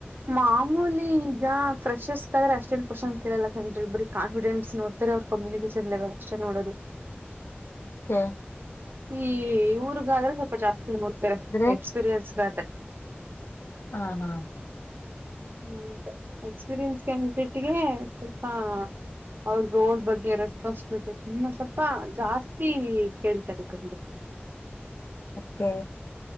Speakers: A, on the right; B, on the left.
A: ಮಾಮೂಲಿ ಈಗ ಫ್ರೆಷರ್ಸ್ಾದ್ರ ಅಷ್ಟೇನ್ ಪುಷನ್ ಕೇಳಲ್ಲ ಬರೀ ಕಾನ್ಫಿಡೆನ್ಸ್ ನೋಡ್ತಾರೆ ಅವ್ರರು ಕಮ್ಯುನಿಕೇಶನ್ ಲೆವೆಲ್ ಅಷ್ಟೇ ನೋಡಿ
B: ಹಾ
A: ಈ ಊರ್ಗಾದ್ರೆ ಸ್ವಲ್ಪ ಜಾಸ್ತಿ ಮೂಡ್ತಾರೆ
B: ಆದ್ರೆ
A: ಎಕ್ಸ್ಪೀರಿಯನ್ಸ್ಗಾದ್ರೆ
B: ಹ್ಮ ಹಾ
A: ಹ್ಮ ಎಕ್ಸ್ಪೀರಿಯನ್ಸ್ ಕಂಪಟ್ಗೆ ಸ್ವಲ್ಪ ಅವ್ರ ರೋಡ್ ಬಗ್ಗೆ ರೆಸ್ಪಾನ್ಸ್ ಸ್ವಲ್ಪ ಜಾಸ್ತಿ ಕೇಳ್ತಾರೆ ಕಂಡರು
B: ಕೆ